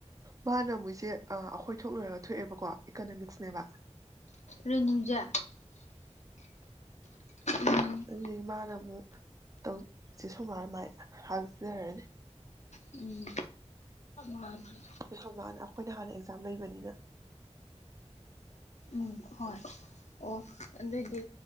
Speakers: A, on the right; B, on the left.
A: ꯃꯥꯅ ꯑꯃꯨꯛ ꯏꯆꯦ ꯑ ꯑꯩꯈꯣꯏ ꯊꯣꯛ ꯂꯣꯏꯔꯒ ꯊꯣꯛꯑꯦꯕꯀꯣ ꯏꯀꯅꯃꯤꯛꯁꯅꯦꯕ
B: ꯔꯦꯅꯨꯖꯦ ꯎꯝ
A: ꯑꯗꯨꯒꯤ ꯃꯥꯅꯥ ꯑꯃꯨꯛ ꯇꯧ ꯆꯦ ꯁꯣꯃꯣꯂꯥ ꯃꯥꯏ ꯍꯥꯞꯆꯔꯅꯤ
B: ꯎꯝ ꯃꯥꯅꯦ
A: ꯆꯦ ꯁꯣꯃꯣꯂꯥ ꯑꯩꯈꯣꯏꯅ ꯍꯥꯟꯅ ꯑꯦꯛꯖꯥꯝ ꯂꯩꯕꯅꯤꯅ
B: ꯎꯝ ꯍꯣꯏ ꯑꯣ ꯑꯗꯨꯏꯗꯤ